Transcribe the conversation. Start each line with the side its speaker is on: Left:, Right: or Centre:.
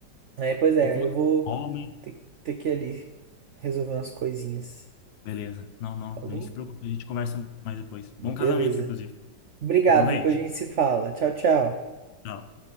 Right: É, pois é,
Left: Tô com
Right: aí
Left: uma
Right: eu vou
Left: fome.
Right: ter, ter que ir ali resolver umas coisinhas.
Left: Beleza. Não, não,
Right: Falou?
Left: nem se preocupe, a gente conversa mais depois.
Right: Beleza.
Left: Bom casamento, inclusive.
Right: Obrigado,
Left: Aproveite.
Right: depois a gente se fala. Tchau, tchau.
Left: Tchau.